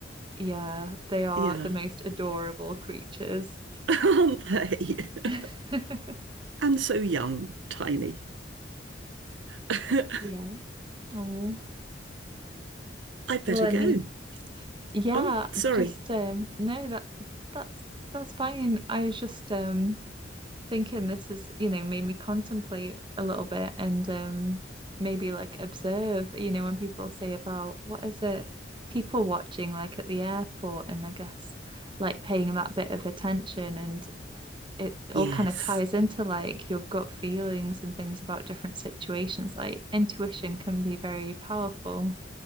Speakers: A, on the right; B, on the right.
A: yeah they are
B: Yeah.
A: the most adorable creatures
B: <laughs> Aren't they?
A: <laughs>
B: <laughs>
A: <laughs>
B: And so young, tiny. <laughs> I'd
A: yeah oh
B: better
A: well I
B: go.
A: mean Yeah,
B: Oh, sorry.
A: just um no that that's that's fine. I was just um thinking this is, you know, made me contemplate a little bit and um maybe like observe, you know, when people say about what is it people watching like at the airport and I guess like paying that bit of attention and it
B: Yes.
A: all kind of ties into like your gut feelings and things about different situations. Like intuition can be very powerful.